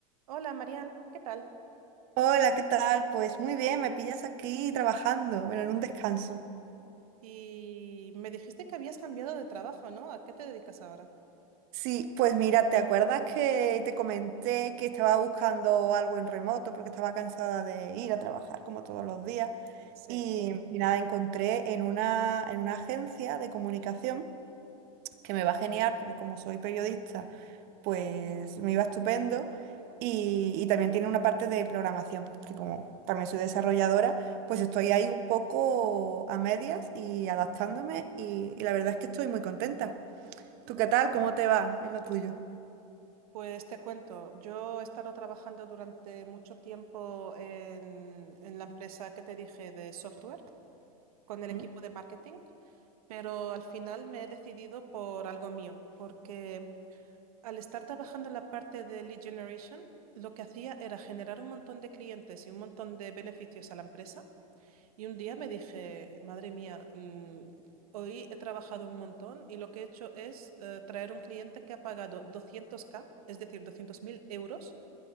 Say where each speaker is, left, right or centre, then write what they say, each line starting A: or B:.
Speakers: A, on the right (about 80°); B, on the right (about 55°).
A: Hola, Marian, ¿qué tal?
B: Hola, ¿qué tal? Pues muy bien, me pillas aquí trabajando, bueno, en un descanso.
A: Y me dijiste que habías cambiado de trabajo, ¿no? ¿A qué te dedicas ahora?
B: Sí, pues mira, ¿te acuerdas que te comenté que estaba buscando algo en remoto porque estaba cansada de ir a trabajar como todos los días?
A: Sí.
B: Y, y nada, encontré en una, en una agencia de comunicación.
A: Ujú.
B: que me va genial porque como soy periodista, pues me iba estupendo. Y, y también tiene una parte de programación, que como también soy desarrolladora, pues estoy ahí un poco a medias y adaptándome y, y la verdad es que estoy muy contenta. ¿Tú qué tal? ¿Cómo te va en lo tuyo?
A: Pues te cuento, yo he estado trabajando durante mucho tiempo en, en la empresa que te dije de software, con
B: Ujú.
A: el equipo de marketing, pero al final me he decidido por algo mío, porque al estar trabajando en la parte de lead generation, lo que hacía era generar un montón de clientes y un montón de beneficios a la empresa. Y un día me dije, madre mía, mm, hoy he trabajado un montón y lo que he hecho es eh, traer un cliente que ha pagado 200k, es decir, 200.000 euros